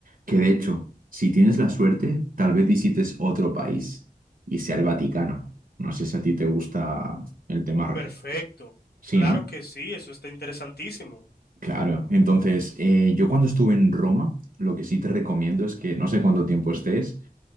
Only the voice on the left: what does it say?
Oh, perfecto.
Claro
que sí, eso está interesantísimo.